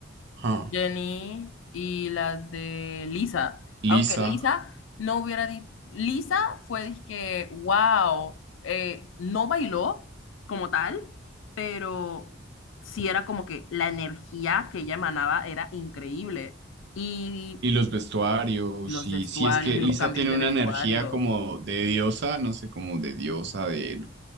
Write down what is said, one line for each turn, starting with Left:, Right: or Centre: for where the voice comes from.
Right: Ah,
Left: Jenny y las de Lisa.
Right: Lisa.
Left: Aunque Lisa no hubiera dicho, Lisa fue que, wow, eh, no bailó como tal, pero sí era como que la energía que ella emanaba era increíble. Y
Right: Y los vestuarios,
Left: los
Right: y
Left: vestuarios
Right: sí, es que
Left: y
Right: Lisa
Left: los cambios
Right: tiene
Left: de
Right: una
Left: vestuario.
Right: energía como de diosa, no sé, como de diosa, de